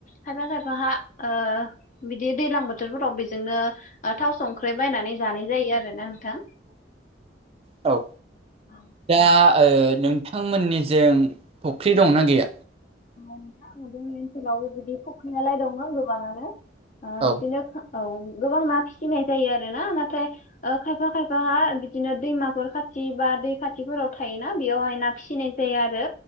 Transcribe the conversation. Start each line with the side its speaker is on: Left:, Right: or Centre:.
Left: खायफा खायफा ओ बिदि दैलां बोथोरफोराव बेजोंनो थाव संख्र्रि बायनानै जानाय जायो आरो ना नोंथां
Right: औ
Left: औ
Right: दा नोंथांमोननिजों फख्रि दंनाा गैया
Left: नोंथां जोंनि ओनसोलावबो बिदि फख्रिनाालाय दङ गोबाङानो
Right: औ
Left: बिदिनो औ गोबां ना फिसिनाय जायो आरो ना नाथाय खायफा खायफाहा बिदिनो दैमाफोर खाथि बा दै खाथिफोराव थायोना बेवहाय ना फिसिनाय जाया आरो